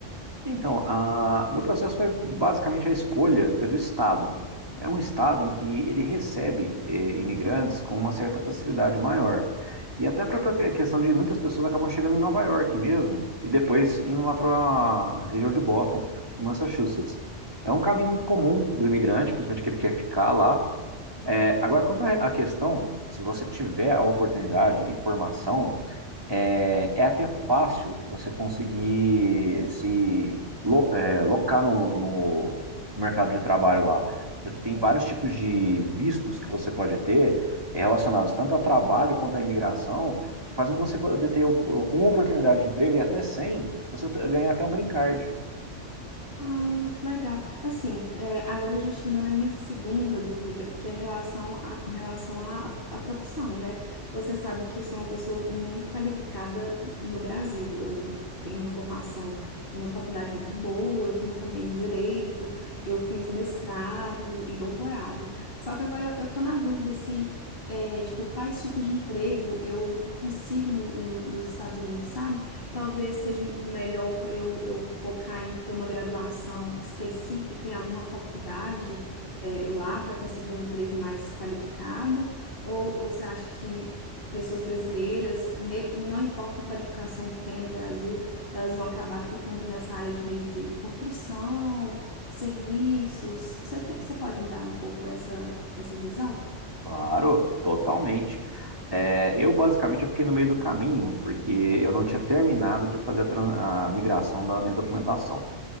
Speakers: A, on the right; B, on the left.
A: Então, a- meu processo foi basicamente a escolha, foi do Estado. É um Estado em que ele recebe eh, imigrantes com uma certa facilidade maior. E até a própria que- questão de muitas pessoas acabam chegando em Nova York mesmo, e depois indo lá para a região de Boston, em Massachusetts. É um caminho muito comum do imigrante, principalmente aquele que quer ficar lá. É, agora, quanto à à questão, se você tiver a oportunidade e formação, é, é até fácil você conseguir se lo, é, locar no, no mercado de trabalho lá, porque tem vários tipos de vistos que você pode ter é, relacionados tanto a trabalho quanto à imigração, que fazem você poder ter, o- com uma oportunidade de emprego e até sem, você t- ganhar até um green card.
B: Ah, que legal. Assim, é, agora já chegou na minha segunda dúvida, que é relação a- com relação à à profissão, né? Você sabe que eu sou uma pessoa muito qualificada no Brasil. Eu, eu tenho uma formação em uma faculdade muito boa, eu me formei em direito, eu fiz mestrado e doutorado. Só que agora eu tô na dúvida se, é, tipo, quais tipos de emprego eu consigo no- no- nos Estados Unidos, sabe? Talvez seja melhor eu, eu focar em ter uma graduação específica em alguma faculdade eh, lá para conseguir um emprego mais qualificado? Ou, ou você acha que, que pessoas brasileiras, e me- não importa a qualificação que tenha no Brasil, elas vão acabar ficando nessa área de meio de construção, serviços? Você tem- você pode me dar um pouco essa, essa visão?
A: Claro, totalmente. É, eu basicamente eu fiquei no meio do caminho, porque eu não tinha terminado de fazer a, tran- a migração da minha documentação,